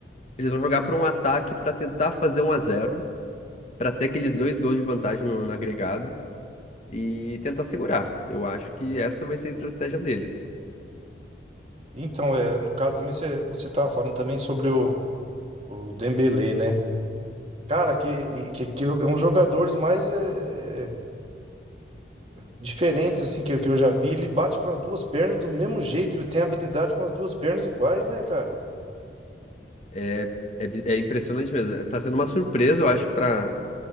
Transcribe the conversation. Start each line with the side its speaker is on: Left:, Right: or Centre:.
Left: eles vão jogar para um ataque para tentar fazer um a zero para ter aqueles dois gols de vantagem no, no agregado e tentar segurar. Eu acho que essa vai ser a estratégia deles.
Right: Então, é, no caso também, você, você tava falando também sobre o, o Dembélé, né? Cara, que, que, que é um dos jogadores mais é, é, diferentes, assim, que, eu- que eu já vi. Ele bate com as duas pernas do mesmo jeito, ele tem habilidade com as duas pernas iguais, né, cara?
Left: É, é, bi- é impressionante mesmo. Tá sendo uma surpresa, eu acho, para